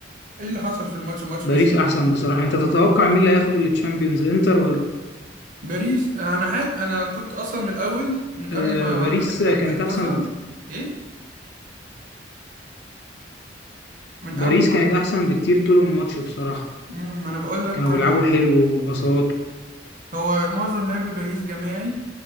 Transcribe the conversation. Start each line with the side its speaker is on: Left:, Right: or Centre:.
Right: ايه اللي حصل في الماتش الماتش
Left: باريس
Right: مشي ازاي
Left: احسن بصراحة انت تتوقع مين اللي هياخد التشامبيونز انتر ولا
Right: باريس
Left: باريس؟
Right: انا حاسس انا كنت اصلا من الاول من قبل
Left: آه
Right: ما
Left: باريس
Right: الانتر
Left: كانت
Right: ت- تصعد
Left: احسن بكتير
Right: ايه من
Left: باريس
Right: قبل ما
Left: كانت احسن بكتير طول الماتش بصراحة
Right: مم، ما انا بقول لك
Left: كانوا بيلعبوا
Right: انا
Left: حلو وبساط
Right: هو معظم لعب باريس جماعي